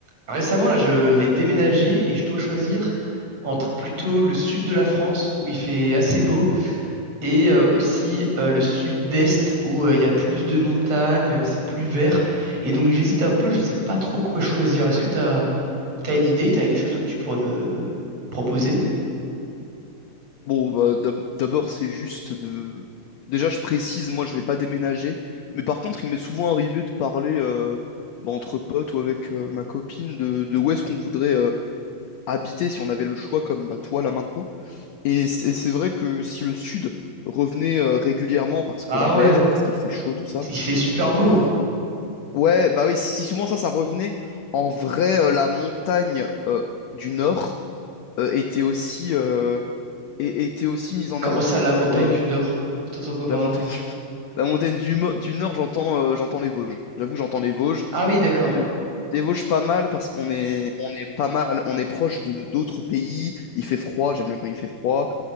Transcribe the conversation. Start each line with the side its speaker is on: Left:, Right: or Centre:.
Right: Récemment, là, je vais déménager et je dois choisir entre plutôt le sud de la France, où il fait assez beau, et euh, aussi euh, le sud-est, où euh, il y a plus de montagnes, euh, c'est plus vert. Et donc j'hésite un peu, je sais pas trop quoi choisir. Est-ce que t'as, t'as une idée, t'as une chose que tu pourrais me proposer?
Left: Bon, bah, d'ab- d'abord, c'est juste de... Déjà, je précise, moi, je vais pas déménager. Mais par contre, il m'est souvent arrivé de parler euh, bah, entre potes ou avec euh, ma copine de, de où est-ce qu'on voudrait euh, habiter si on avait le choix, comme bah, toi, là, maintenant. Et c'est et c'est vrai que si le sud revenait euh, régulièrement, parce
Right: Bah
Left: que la
Right: ouais,
Left: mer, parce qu'il fait chaud, tout ça,
Right: il fait super beau.
Left: euh, ouais, bah oui, si souvent ça, ça revenait, en vrai, euh, la montagne euh, du nord euh, était aussi, euh, é- était aussi mise en
Right: Comment
Left: avant
Right: ça, la montagne
Left: pour, euh,
Right: du Nord? Je t'entends quoi par
Left: La montagne
Right: là?
Left: du Nord. La montagne du, Mo- du Nord, j'entends euh, j'entends les Vosges. J'avoue, que j'entends les Vosges.
Right: Ah oui, d'accord.
Left: L- Les Vosges, pas mal parce qu'on est, on est pas mal, on est proche de d'autres pays. Il fait froid, j'aime bien quand il fait froid.